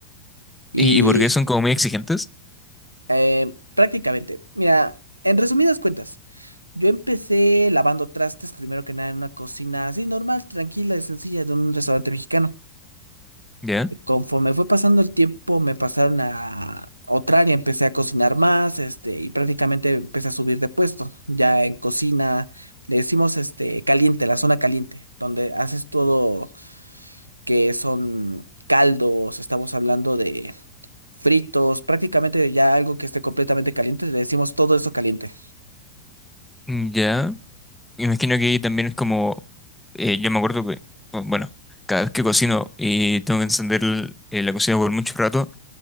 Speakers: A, on the right; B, in the centre.
A: Y
B: ¿Y, y por qué son como muy exigentes?
A: Eh, prácticamente. Mira, en resumidas cuentas, yo empecé lavando trastes primero que nada en una cocina así normal, tranquila y sencilla de un restaurante mexicano.
B: ¿Ya?
A: Y conforme fue pasando el tiempo, me pasaron a otra área, empecé a cocinar más, este, y prácticamente empecé a subir de puesto. Ya en cocina le decimos este caliente, la zona caliente, donde haces todo que son caldos, estamos hablando de fritos, prácticamente ya algo que esté completamente caliente, le decimos todo eso caliente.
B: mm, Ya. Me imagino que ahí también es como, eh, yo me acuerdo que, bu- bueno, cada vez que cocino y tengo que encender el- eh, la cocina por mucho rato,